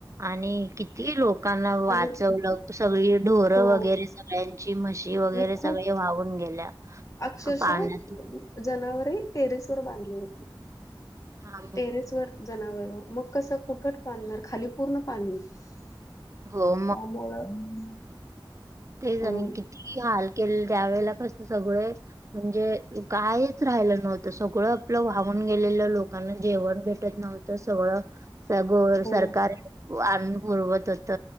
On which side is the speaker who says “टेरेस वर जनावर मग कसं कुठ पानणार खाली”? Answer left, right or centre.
Left